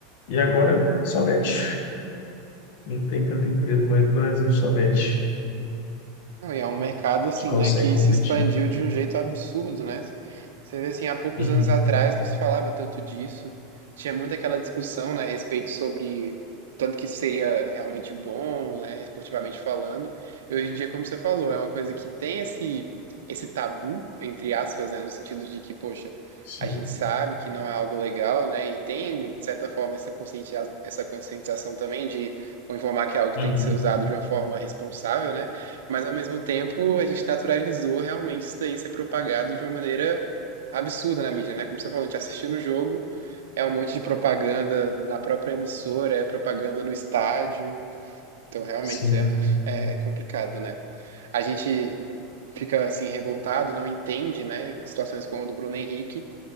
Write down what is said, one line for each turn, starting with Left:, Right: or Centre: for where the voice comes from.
Left: E agora só mete. Não tem tanta empresa mais no Brasil, só mete,
Right: Não, e é um mercado assim,
Left: que consegue
Right: né, que
Left: competir.
Right: se expandiu de um jeito absurdo, né? Você vê assim, há poucos
Left: Uhum,
Right: anos atrás não se falava tanto disso. Tinha muito aquela discussão, né, a respeito sobre tanto que isso seria realmente bom, né, esportivamente falando. E hoje em dia, como você falou, é uma coisa que tem esse esse tabu, entre aspas, né, no sentido de que, poxa,
Left: sim,
Right: a gente sabe que não é algo legal, né? E tem, de certa forma, essa conscientização, essa conscientização também de informar que é algo que
Left: uhum,
Right: tem que ser usado de uma forma responsável, né? Mas ao mesmo tempo, a gente naturalizou realmente isso daí ser propagado de uma maneira absurda na mídia, né? Como você falou, a gente tá assistindo o jogo, é um monte de propaganda na própria emissora, é propaganda no estádio. Então, realmente
Left: sim.
Right: é, é é complicado, né? A gente fica assim revoltado, não entende, né? Situações como a do Bruno Henrique,